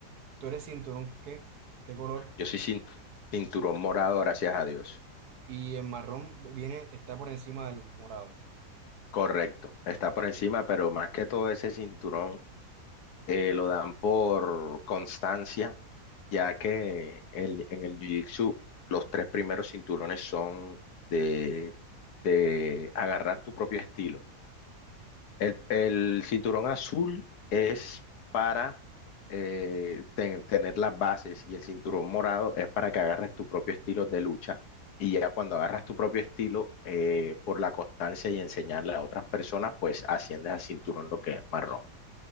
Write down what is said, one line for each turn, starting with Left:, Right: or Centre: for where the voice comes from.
Right: ¿Tú eres cinturón qué? ¿Qué color?
Left: Yo soy cin- cinturón morado, gracias a Dios.
Right: Y el marrón viene, está por encima del morado.
Left: Correcto, está por encima, pero más que todo ese cinturón eh, lo dan por constancia, ya que el- en el Jiu-Jitsu los tres primeros cinturones son de, de agarrar tu propio estilo. El, el cinturón azul es para eh, ten- tener las bases y el cinturón morado es para que agarres tu propio estilo de lucha. Y ya cuando agarras tu propio estilo, eh, por la constancia y enseñarle a otras personas, pues asciendes al cinturón lo que es marrón.